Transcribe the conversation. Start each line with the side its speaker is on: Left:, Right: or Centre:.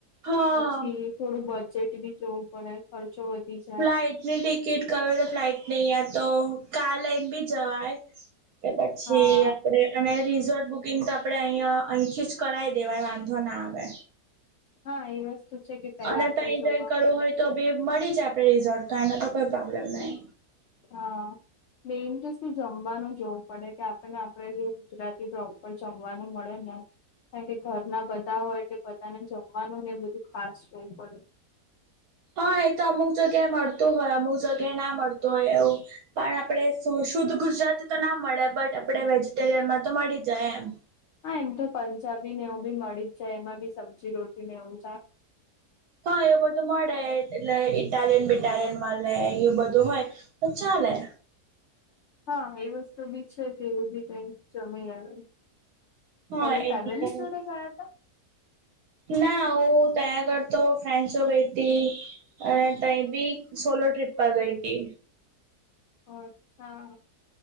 Right: હા
Left: પછી થોડું બજેટ બી જવું પડે ખર્ચો વધી જાય.
Right: ફ્લાઇટ ની ટિકિટ કમે તો ફ્લાઇટ નહી તો કાર લઈને બી જવાય. કે પછી
Left: હા
Right: આપ અને રિઝોર્ટ બુકિંગ તો આપડે અહીં અહીંથી જ કરાય દેવાય વાંધો ના આવે.
Left: હા એ વસ્તુ છે કે પેલા
Right: અને
Left: આપડે
Right: તઈ
Left: જોવું
Right: જઈ
Left: આપે
Right: કરવું હોય તો મળી જાય આપડે રિઝોર્ટ તો એનો તો કોઈ પ્રોબ્લેમ નહી.
Left: હા. મેઈન તો શું જમવાનું જોવું પડે કે આપણને આપણેે જે ગુજરાતી પ્રોપર જમવાનું મળે ને. કારણ કે ઘરના બધા હોય એટલે બધાને જમવાનું ને એ બધું ખાસ જોવું પડે.
Right: હા એ તો અમુક જગ્યાએ મળતું હોય અમુક જગ્યાએ ના મળતું હોય એવું. પણ આપણે શુદ્ધ ગુજરાતી તો ના મળે બટ આપણે વેજીટેરિયનમાં તો મળી જાય એમ.
Left: હા એમ તો પંજાબી ને એવું બી મળી જાય એમાં બી સબ્જી રોટી ને એવું.
Right: હા એવું બધું મળે એટલે ઇટાલિયન બિટાલિયન મળે એ બધું હોય. તો ચાલે.
Left: હા એ વસ્તુ બી છે કે એવું બી કઈક જય આવે.
Right: હા
Left: તમે ફેમિલી
Right: એટલે
Left: જોડે ગયા હતા?
Right: ના હું તયા કરતો ફેન્સો ગઈ હતી. અને તઈ બી સોલો ટ્રિપ પર ગઈ હતી.
Left: અચ્છા.